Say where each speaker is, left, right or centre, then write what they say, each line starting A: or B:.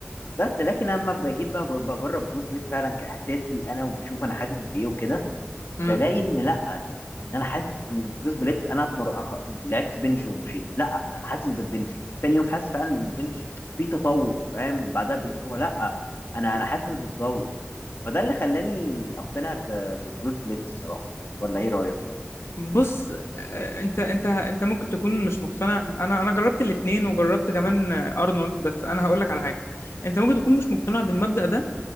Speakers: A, on the left; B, on the left.
A: بس لكن اما بجيب بقى بجرب بوش بيت فعلا كاحساسي انا وبشوف انا حاسس بايه وكده
B: امم
A: بلاقي ان لا ان إن انا حاسس ان بروس بليت انا اتمر... أق- لعبت بنج ومشيت لا انا حاسس بالبنج تاني يوم حاسس فعلا ان البنج فيه تطور فاهم بعدها باسبوع لا انا انا حاسس بالتطور فده اللي خلاني اقتنع ب... ببروس بليت الصراحه ولا ايه رايك
B: بص آه، انت انت انت ممكن تكون مش مقتنع انا انا جربت الاثنين وجربت كمان آه، ارنولد بس انا هقول لك على حاجه انت ممكن تكون مش مقتنع بالمبدأ ده